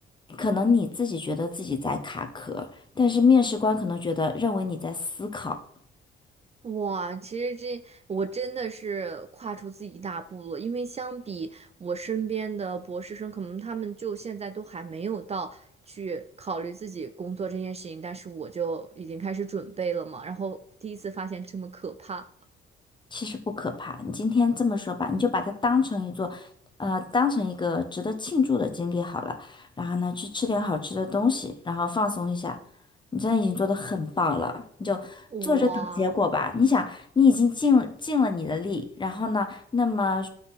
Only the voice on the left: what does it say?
可能你自己觉得自己在卡壳，但是面试官可能觉得认为你在思考，
其实不可怕。你今天这么说吧，你就把它当成一座，呃，当成一个值得庆祝的经历好了。然后呢，去吃点好吃的东西，然后放松一下。你真的已经做得很棒了，你就坐着等结果吧。
你想，你已经尽尽了你的力，然后呢，那么